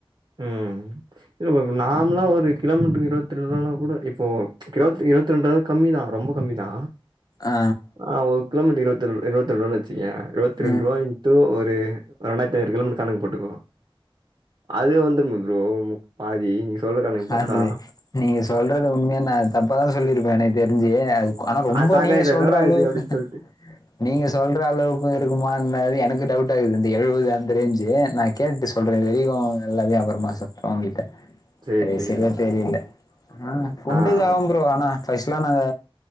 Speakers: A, on the right; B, on the left.
A: ம் இப்போ நார்மலா ஒரு கிலோமீட்ருக்கு இருவத்தி ரெண்டு ரூபா கூட இப்போ இருவத்தி இருபத்தி ரெண்டு கம்மிதா ரொம்ப கம்மிதா
B: ஆ.
A: ஆ ஒரு கிலோமீட்டருக்கு இருபத்தி ரெண் இருபத்தி ரெண்டு ரூபானு வச்சுக்கயே இருபத்தி ரெண்டு
B: ம்.
A: ரூபாய் கு ஒரு ரெண்டாயிரத்து ஐநூறு கிலோமீட்ருக்கு கணக்கு போட்டுக்குங்க அது வந்துருமே ப்ரோ பாதி நீங்க சொல்ற கணக் பாத்தா
B: அது நீங்க சொல்றது உண்மையா நா தப்பதா சொல்லியிருப்பே எனக் தெரிஞ்சு அது ஆனா ரொம்ப
A: ஆ சாக்காயிட்டே
B: அதிகோ நீங்க சொல்றாளவுக்கு
A: என்னடா இது அப்டின்னு சொல்ட்டு
B: நீங்க சொல்ற அளவுக்கு இருக்குமா என்ன அது எனக்கு டவுட் ஆகுது இந்த எழுபது அந்த ரேஞ்சு நா கேட்டு சொல்றே இரு <unintelligible> எல்லாயு அப்றமா சொல்றே உங்க்கிட்ட
A: சேரி
B: ஆ
A: சேரி
B: செரிய
A: ப்ரோ
B: தெரில ஆ <unintelligible>
A: ஆ ஓகே
B: ஆனா ஃபர்ஸ்ட் எலா நாங்க